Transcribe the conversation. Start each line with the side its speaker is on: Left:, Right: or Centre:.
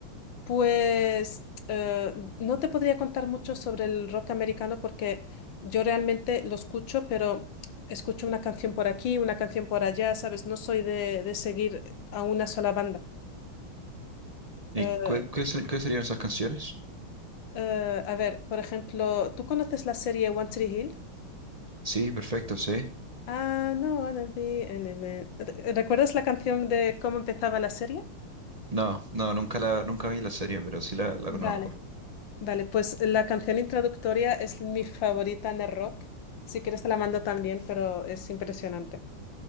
Left: Pues eh, no te podría contar mucho sobre el rock americano porque yo realmente lo escucho, pero escucho una canción por aquí, una canción por allá, ¿sabes? No soy de, de seguir a una sola banda.
Right: ¿Y
Left: Eh,
Right: cuál- qué, ser- qué serían esas canciones?
Left: Eh, a ver, por ejemplo, ¿tú conoces la serie One Tree Hill?
Right: Sí, perfecto, sí.
Left: Ah, no, wanna be... an- an- an- ¿Recuerdas la canción de cómo empezaba la serie?
Right: No, no, nunca la, nunca vi la serie, pero sí la, la
Left: Vale,
Right: conozco.
Left: vale, pues la canción introductoria es mi favorita en el rock. Si quieres te la mando también, pero es impresionante.